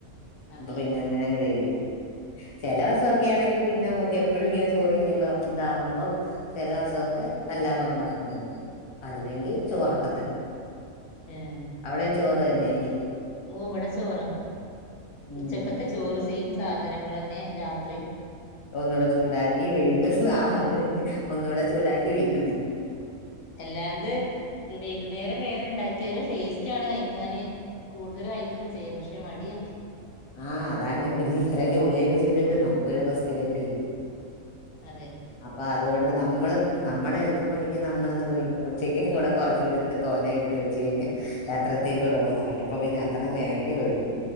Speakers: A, on the left (about 60°); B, on the left (about 40°).
A: അതെ
B: അപ്പൊ പിന്നെ
A: അതെ
B: അങ്ങനെങ്ങെ ചെയ്യും. ചെല വെസൊക്കേണെങ്കി പിന്നെ നമ്മുക്കപ്പെ ഇപ്പഴും ഇങ്ങനെ ചോറ് ഇനിയുമ്പം ഇതാാവുമ്പം ചെല വെസൊക്കെ അല്ലാതെ ഒണ്ടാക്കാൻ നോക്കും അല്ലെങ്കി ചോറൊക്കെ തന്നെ
A: ഏഹ്
B: അവിടെയും ചോറ് തന്നെ ഇല്ല്യയ്
A: ഓവടെ ചോറാ
B: ഉം
A: ഉച്ചക്കത്തെ ചോറ് സെയിം സ് സാധനങ്ങളന്നെ രാത്രിം
B: ഒന്നൂടെ ചൂടാക്കി വീണ്ടും അത് തന്നെ ഒന്നുടെ ചൂ ചൂടാക്കി വീണ്ടും തിന്നും
A: എല്ലാന്ത്‌ ഇത് വൈകുന്നേരം വേറെ ഉണ്ടാക്കിയാല് ടെസ്റ്റാണ് കയ്ക്കാന് കൂടുതല് കഴിക്കൊക്കെ ചെയ്യും പക്ഷേ മടിയാ
B: ആ അതാണ് പിന്നെ ഇത്രയും ജോലിയൊക്കെ ചെയ്തിട്ട് നമ്മുക്കൊരു റസ്റ്റ്‌ വേണ്ടേ
A: അതെ
B: അപ്പൊ അതുകൊണ്ട് നമ് നമ്മള് നമ്മടെ എളുപ്പപ്പണിക്ക് നമ്മളെന്തോയ്യും ഉച്ചക്കും കൂടെ കൊറച്ചെടുത്ത് തോനേ ഇട്ട് വെച്ച് കഴിഞ്ഞ് യാത്രത്തേക്ക് കൂടെള്ളതായി അപ്പൊ പിന്നെ അത്രേം മെനക്കേടൊഴിഞ്ഞ്